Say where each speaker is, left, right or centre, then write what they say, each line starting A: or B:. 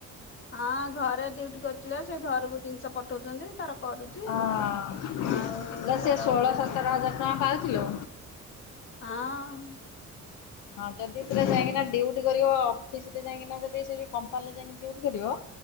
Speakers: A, on the left; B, on the left.
A: ହଁ ଘରେ ଡଉଟି କରୁଚି ବା ସେ ଘରୁକୁ ଜିନିଷ ପଠଉଚନ୍ତି ତାର କରୁଚି
B: ହଁ
A: ଆଉ
B: ସେ
A: ତାର
B: ଷୋହଳ
A: ଉଁ
B: ସତର ହଜାର ଟଙ୍କା ପାଉଚିଲୋ।
A: ଆଁ ଉଁ
B: ହଁ ଯଦି ପୁରା ଯାଇଁକିନା ଡିଉଟି କରିବ ଅଫିସରେ ଯାଇଁକିନା ଯଦି ସେଠି କମ୍ପାନୀଲେ ଯାଇଁ ଏଇନେ ଡିଉଟି କରିବ